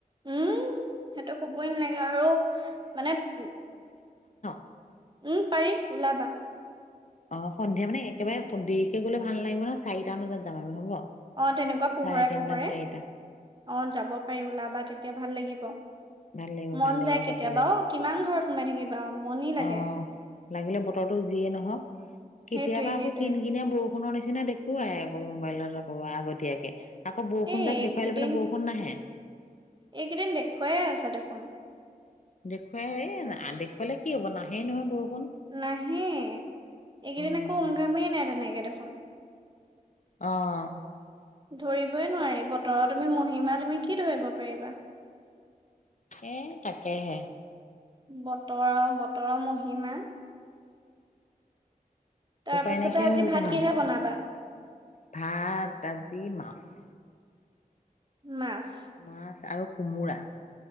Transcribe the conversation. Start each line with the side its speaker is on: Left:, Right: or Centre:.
Right: উম সেইটো কবই নালাগে, আৰু মানে উম
Left: অ <inaudible>
Right: উম পাৰি ওলাবা,
Left: অ সন্ধিয়া মানে একেবাৰে খুব দেৰিকে সোনকালে গ'লে ভাল নালাগিব ন, চাৰিটা বজাত যাম হ'ব,
Right: অ তেনেকুৱা পোহৰে
Left: চাৰে তিনটা
Right: -পোহৰে
Left: চাৰিটা
Right: অ যাব পাৰি ওলাব বা তেতিয়া ভাল লাগিব,
Left: ভাল লাগিব,
Right: মন
Left: ভাল লাগিব
Right: যায় কেতিয়াবা
Left: যাবলে
Right: অ কিমান ঘৰত সোমাই থাকিবা মনি লাগে
Left: অহ লাগিলে বতৰটো যিয়েই নহক কেতিয়াবা
Right: সেইটোৱে সেইটোৱে
Left: আকৌ কিন- কিনিয়া বৰষুণৰ নিচিনা নিচিনা দেখুৱাই আকৌ মোবাইলত কব আগতীয়াকে আকৌ বৰষুণ
Right: এই
Left: যাক
Right: এইকেইদিন
Left: দেখুৱাই লৈ পেলাই বৰষুণ নাহে।
Right: এইকেইদিন দেখুৱাই আছে দেখোন
Left: দেখুৱাই এই দেখুৱালে কি হ'ব নাহেই নহয় বৰষুণ
Right: নাহে এইকেইদিন
Left: উম
Right: একো উমঘামেই নাই তেনেকে দেখোন
Left: অহ
Right: ধৰিবই নোৱাৰি বতৰৰ মহিমা, তুমি কি ধৰিব পাৰিবা?
Left: এ তাকেহে
Right: বতৰৰ, বতৰৰ মহিমা তাৰপিছতে
Left: উপায় নাইকিয়া
Right: আজি
Left: হৈ গৈছে
Right: ভাত
Left: মানুহ,
Right: কিহে বনাবা
Left: ভাত আজি মাছ <inaudible>
Right: মাছ
Left: মাছ আৰু কোমোৰা